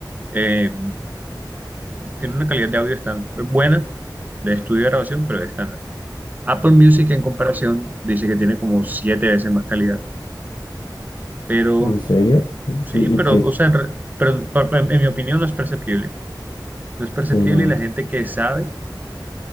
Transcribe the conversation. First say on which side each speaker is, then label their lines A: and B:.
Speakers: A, on the right; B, on the left.
A: eh, tienen una calidad de audio estándar, buena, de estudio de grabación, pero estándar. Apple Music en comparación dice que tiene como siete veces más calidad, pero
B: ¿en serio?
A: sí,
B: Y,
A: pero,
B: y que,
A: o sea, en, re- pero, pa- pa- en mi opinión no es perceptible. No es perceptible
B: sí, no,
A: y la gente que sabe,